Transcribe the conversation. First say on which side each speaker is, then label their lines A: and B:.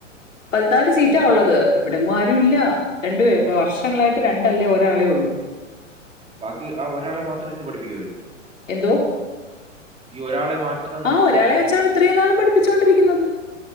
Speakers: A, on the left; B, on the right.
A: പതിനാല് സീറ്റാ
B: ശരിയല്ലേ
A: ഉള്ളത് ഇവിടെങ്ങും ആരു ഇല്ല രണ്ട് വർഷങ്ങളായിട്ട് രണ്ടല്ലേ ഒരാളെ ഉള്ളൂ
B: ബാക്കി ആ ഒരാളെ മാത്രം ഇരുത്തി പഠിപ്പിക്കു അവര്
A: എന്തോ
B: ഈ ഒരാളെ മാത്രം നിർത്തി
A: ആ ഒരാളെ
B: പഠിപ്പിക്കുവോ
A: വെച്ചാണ് ഇത്രേ നാളും പഠിപ്പിച്ചൊണ്ടിരിക്കുന്നത്.